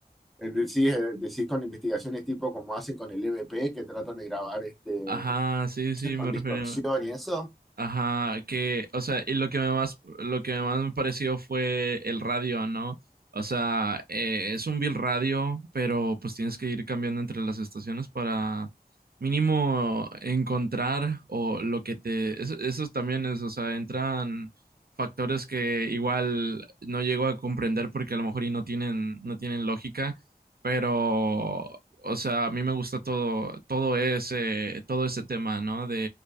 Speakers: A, in the centre; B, on the right.
A: eh, decís, eh, decís con investigaciones tipo como hacen con el E V P que tratan de grabar este,
B: Ajá, sí, sí,
A: con
B: me
A: distorsión
B: refería.
A: y eso.
B: Ajá, que, o sea, y lo que me más, lo que más me pareció fue el radio, ¿no? O sea, eh, es un bill radio, pero pues tienes que ir cambiando entre las estaciones para mínimo encontrar o lo que te, eso, esos también es, o sea, entran factores que igual no llego a comprender porque a lo mejor y no tienen, no tienen lógica, pero, o sea, a mí me gusta todo, todo ese, todo ese tema, ¿no?